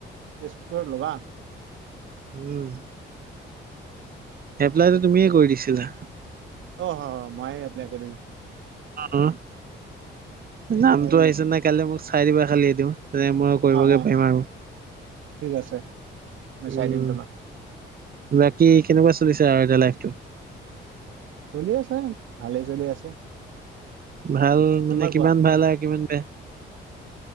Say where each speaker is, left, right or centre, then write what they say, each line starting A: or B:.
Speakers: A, on the right; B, on the right.
A: তেজপুৰ লোবা?
B: উম। এপ্লাইটো তুমিয়ে কৰি দিছিলা।
A: অ হয়, মই এপ্লাই কৰি দিছো।
B: অ নামটো
A: পাহৰি
B: আহিছে
A: গৈছিলো
B: নাই, কাইলৈ মোক চাই দিবা খালি এইটো। তে মই কৰিবগৈ
A: অ অ
B: পাৰিম আৰু।
A: ঠিক আছে মই
B: উম
A: চাই দিম তোমাক
B: বাকী কেনেকুৱা চলিছে লাইটো।
A: চলি আছে, ভালেই চলি আছে।
B: ভাল মানে,
A: তোমাৰ
B: কিমান
A: কোৱা
B: ভাল আৰু কিমান বেয়া